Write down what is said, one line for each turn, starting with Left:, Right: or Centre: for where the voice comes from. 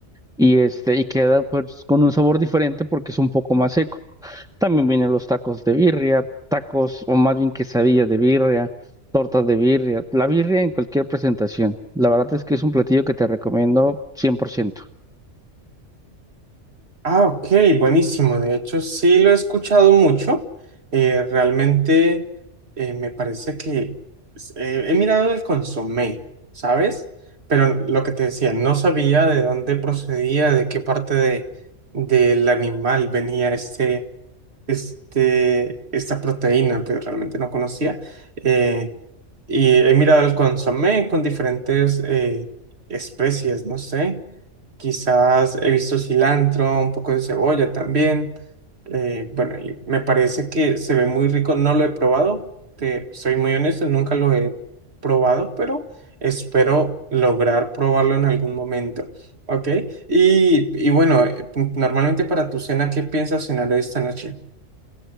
Centre: y este, y queda pues con un sabor diferente porque es un poco más seco. También vienen los tacos de birria, tacos, o más bien quesadillas de birria, tortas de birria, la birria en cualquier presentación. La verdad es que es un platillo que te recomiendo cien por ciento
Right: Ah, ok, buenísimo. De hecho, sí lo he escuchado mucho. Eh, realmente eh, me parece que s- eh, he mirado el consomé, ¿sabes? Pero lo que te decía, no sabía de dónde procedía, de qué parte de, del animal venía este, este, esta proteína, pero realmente no conocía. Eh, y he mirado el consomé con diferentes eh, especies, no sé. Quizás he visto cilantro, un poco de cebolla también. Eh, bueno, y me parece que se ve muy rico. No lo he probado. Te soy muy honesto, nunca lo he probado, pero espero lograr probarlo en algún momento. ¿Ok? Y, y bueno, eh, normalmente para tu cena, ¿qué piensas cenar esta noche?